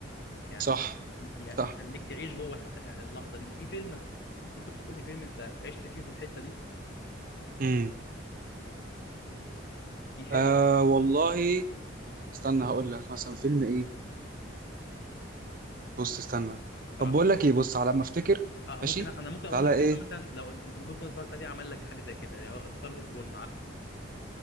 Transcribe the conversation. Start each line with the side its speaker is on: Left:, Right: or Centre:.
Left: يعني
Right: صح
Left: ي-
Right: صح
Left: يخليك تعيش جوه الح- الح- اللحظة دي في فيلم ممكن تذكر لي فيلم أنت عشت فيه في الحتة دي
Right: امم
Left: في فيلم
Right: آه والله استنى هقول لك مثلا
Left: قول
Right: فيلم ايه بص استنى
Left: براحة
Right: طب بقول لك ايه بص على ما افتكر
Left: آه ممكن
Right: ماشي
Left: أنا ممكن أقول
Right: تعالى
Left: لك
Right: ايه
Left: فيلم مثلا لو أنت ممكن تكون اتفرجت عليه عمل لك حاجة زي كده يعني ستار إز بورن عارفه